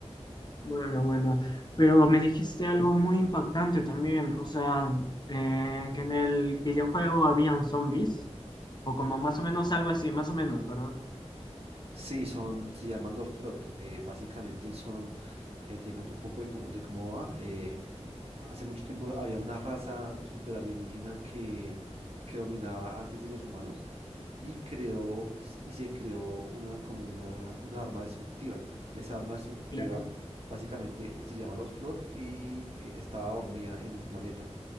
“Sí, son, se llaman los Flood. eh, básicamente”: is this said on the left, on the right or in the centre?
Right